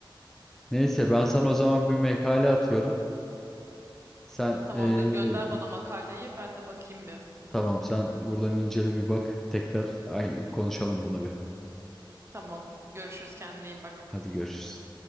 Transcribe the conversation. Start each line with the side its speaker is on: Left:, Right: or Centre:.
Centre: Neyse ben sana o zaman bir makale atıyorum. Sen
Right: Tamamdır,
Centre: eee,
Right: gönder bana makaleyi. Ben de bakayım bir.
Centre: tamam sen buradan incele bir bak. Tekrar ay, konuşalım bunu bir.
Right: Tamam. Görüşürüz kendine iyi bak.
Centre: Hadi görüşürüz.